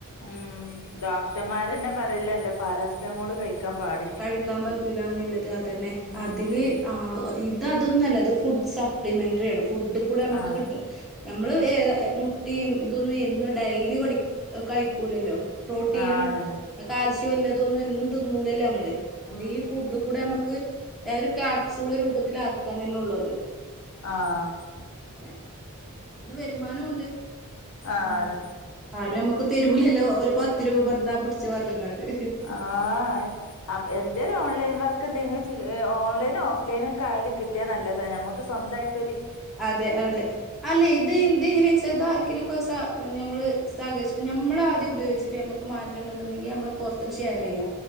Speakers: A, on the left; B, in the centre.
A: ഉം ഡോക്ടർമാരന്നെ പറയിലല്ലേ പാരാസറ്റമോൾ കഴിക്കാൻ പാട-
B: കഴിക്കാൻ പറ്റൂലാന്നുള്ളത് അതന്നെ
A: ഉം
B: അതില് ആ- ഇത് അതൊന്നുംല്ല ഇത് ഫുഡ് സപ്ലിമെന്ററി ആണ് ഫുഡ്ക്കൂടെ നമുക്ക്
A: ആഹ്
B: കിട്ടണ- ഞമ്മള് ഏഹ് മുട്ടി ഇതൊന്നും എന്നും ഡെയ്ലി കഴിക്കൂലല്ലോ? പ്രോട്ടീനും
A: ആഹ് അതന്നെ
B: കാൽസ്യല്ലതൊന്നും എന്നും തിന്നൂലല്ലേ നമ്മള് അത്
A: ഉം
B: ഈ ഫുഡ-
A: ഉം
B: കൂടെ നമുക്ക് ഒരു കാപ്സൂൾ രൂപത്തിലാക്കന്നെ ഉള്ളൂ അത്.
A: ആഹ്
B: എങ്ങനെ ന്ന് വരുമാനുണ്ട്
A: ആഹ്
B: ഉം
A: അതന്നെ
B: ആരും നമ്മുക്ക് തെരൂലല്ലോ? ഒരു പത്ത് രൂപ ഇന്നാ പിടിച്ചോ റഞ്ഞങ്ങാണ്ട്.
A: ആഹ് എന്റെ - ഓൺലൈൻ വർക്ക് എന്തെങ്കില ഓൺലൈനോ ഓഫ്ലൈനോ ഒക്കെ ആയാലും കിട്ടിയാ നല്ലതാ നമുക്ക് സ്വന്തമായിട്ട് രു
B: അതെ അതെ അല്ലെ ഇത് എന്ത് ഇങ്ങനെ വെച്ച താ ആരിക്കേലുംക്കെ നമ്മള് സർഷ നമ്മള് ആദ്യം ഉപയോഗിച്ചിട്ട് മക്ക്- മാറ്റണ്ടെന്ന്ണ്ടങ്കി നമ്മള് പുറത്തേക്ക് ഷെയർ ചെയ്യ.